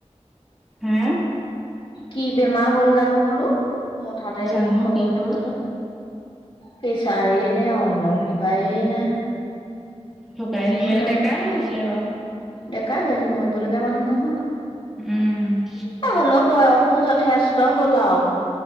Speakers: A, in the centre; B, on the left (about 45°).
A: হে
B: কি বেমাৰ হ'ল জানো বোলো হঠাতে
A: জানো
B: সেই খবৰটো
A: কি হ'ল।
B: বালো। পছাৰ নে অন্যয় কিবাই নে
A: ঢোকাই থাকিলে
B: নাজানো
A: ডেকাই হৈ আছিলে বাৰু
B: ডেকাই হৈ আছিলে মৰিবলগীয়া মানুহ নহয়।
A: উম',
B: হলেও বয়সো যথেষ্ট হল আৰু